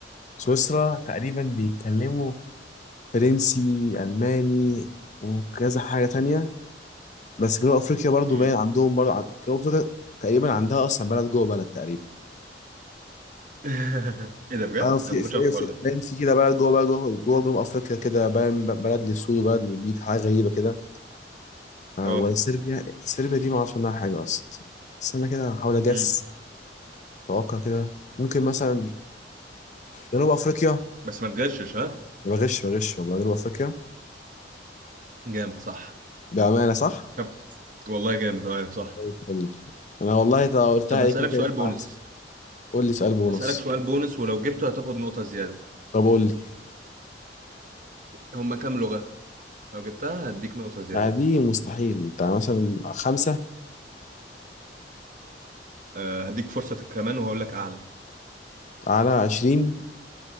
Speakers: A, on the left; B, on the right.
A: سويسرا تقريبا بيتكلموا فرنسي ألماني وكذا حاجة تانية بس جنوب أفريقيا برضو
B: مم.
A: باين عندهم برضو عن- جنوب أفريقيا تقريبا عندها أصلا بلد جوه بلد تقريبا
B: <laughs> ايه ده بجد؟
A: اه في
B: انا ما كنتش
A: في
B: عارف الحوار
A: في
B: ده
A: باين في كده بلد جوه بلد جوه جوه جنوب أفريقيا كده باين ب- بلد للسود وبلد للبيض حاجة غريبة كده آه،
B: اه
A: ولا صربيا صربيا دي ما اعرفش عنها حاجه اصلا استنى كده هحاول اجس
B: امم
A: اتوقع كده ممكن مثلا جنوب افريقيا
B: بس ما تغشش ها
A: بغش بغش والله جنوب افريقيا
B: جامد صح
A: بامانه صح
B: طب والله جامد اه صح
A: طيب قول لي انا والله تا- قلتها
B: طب
A: عليك
B: هسألك
A: كده
B: سؤال
A: جت
B: بونس
A: معايا صح. قول لي سؤال بونص
B: هسألك سؤال بونس ولو جبته هتاخد نقطة زيادة
A: طب قول لي
B: هما كام لغة؟ لو جبتها هديك نقطة زيادة
A: لا دي مستحيل بتاع مثلا خمسة
B: أه هديك فرصة كمان وهقول لك أعلى
A: على 20